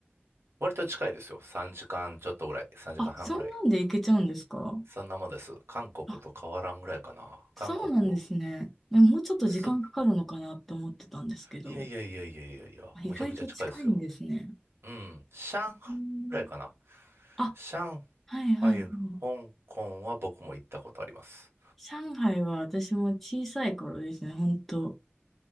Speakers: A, on the right (about 75°); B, in the centre.
A: 割と近いですよ。3時間ちょっとぐらい。3時間半ぐらい。
B: あ、そんなんで行けちゃうんですか
A: そんなもんです。韓国と変わらんぐらいかな。
B: あ、そうなんですね。
A: 韓国、
B: いやもうちょっと時間かかるのかなって思ってたんですけど、
A: そ、いやいやいやいやいやいや、
B: あ意外と近いんですね。
A: むちゃくちゃ近いですよ。うん、上海
B: うん。
A: ぐらいかな。
B: あ、
A: 上
B: はいはい。
A: 海、
B: うん
A: 香港は僕も行ったことあります。
B: 上海は私も小さい頃ですね、ほんと。